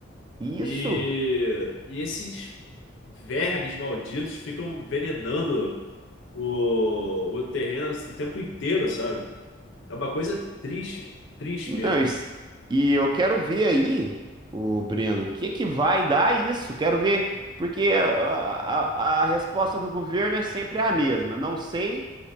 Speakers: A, on the right (about 25°); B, on the left (about 70°).
A: Isso.
B: E, e esses vermes malditos ficam envenenando o, o terreno o tempo inteiro, sabe? É uma coisa triste, triste
A: Não,
B: mesmo.
A: isso- e eu quero ver aí, o Breno, o que que vai dar isso? Quero ver, porque a, a- a resposta do governo é sempre a mesma. Não sei,